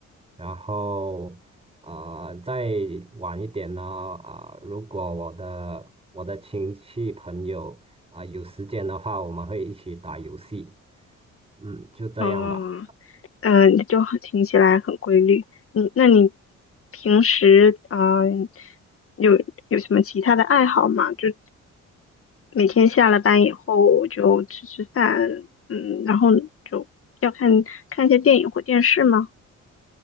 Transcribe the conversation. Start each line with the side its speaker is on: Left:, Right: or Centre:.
Right: 然后呃再晚一点呢，啊、如果我的我的亲戚朋友啊、有时间的话，我们会一起打游戏，嗯，就这样吧。
Left: 哦，嗯，就很听起来很规律。你，那你平时啊，呃有有什么其他的爱好吗？就每天下了班以后就吃吃饭，嗯，然后就要看看一些电影或电视吗？